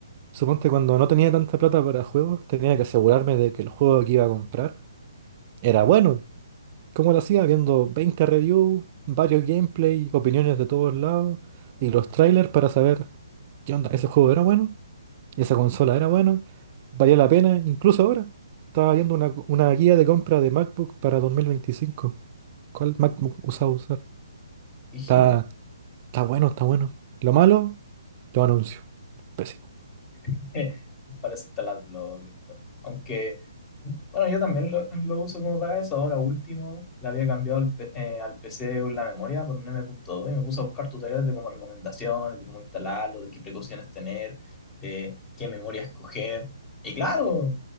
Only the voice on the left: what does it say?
rígido.
<laughs> Para eso está el adblocker, pues. Aunque, bueno, yo también lo, lo uso como para eso. Ahora último, le había cambiado al, P- eh, al PC la memoria por un M. punto dos y me puse a buscar tutoriales de como recomendaciones, de cómo instalarlo, de qué precauciones tener, de qué memoria escoger. Y claro,